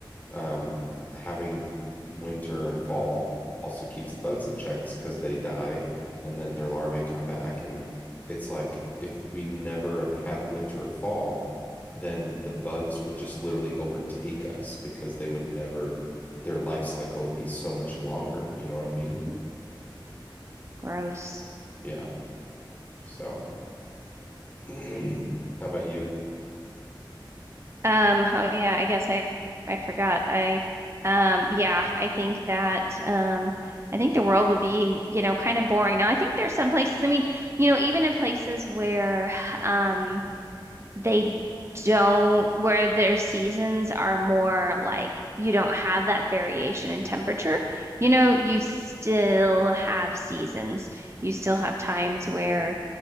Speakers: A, on the left; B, on the right.
A: um, having winter and fall also keeps the bugs in checks because they die and then their larvae come back. And it's like if we never had winter or fall, then the bugs would just literally overtake us because they would never, their life cycle would be so much longer. You know what I mean?
B: Mhm. Gross.
A: Yeah. So, <clears throat> how about you?
B: Um, oh yeah, I guess I I forgot. I um yeah, I think that um I think the world would be, you know, kind of boring. Now, I think there's some places, I mean, you know, even in places where um they don't, where their seasons are more like you don't have that variation in temperature. You know, you still have seasons. You still have times where